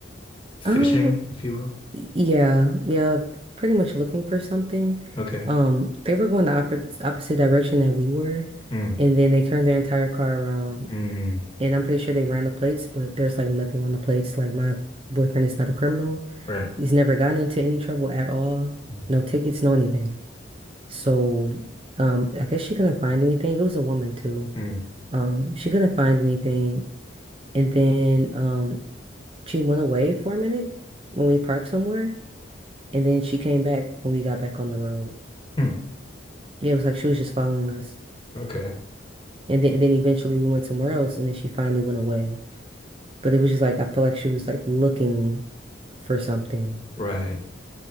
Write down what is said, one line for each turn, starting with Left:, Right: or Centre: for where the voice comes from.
Left: fishing,
Right: Um,
Left: if you will.
Right: Y- Yeah, yeah, pretty much looking for something.
Left: Okay.
Right: Um, they were going the oppo- opposite direction that we were,
Left: Mm,
Right: and then they turned their entire car around.
Left: mm,
Right: And I'm pretty sure they ran the plates, but there's like nothing on the plates. Like my boyfriend is not a criminal.
Left: right.
Right: He's never gotten into any trouble at all.
Left: Mm,
Right: No tickets, no anything. So, um, I guess she couldn't find anything. It was a woman too.
Left: mm,
Right: Um, she couldn't find anything, and then um, she went away for a minute when we parked somewhere. And then she came back when we got back on the road.
Left: hmm,
Right: Yeah, it was like she was just following us.
Left: okay.
Right: And then, and then eventually we went somewhere else and then she finally went away. But it was just like I felt like she was like looking for something.
Left: Right.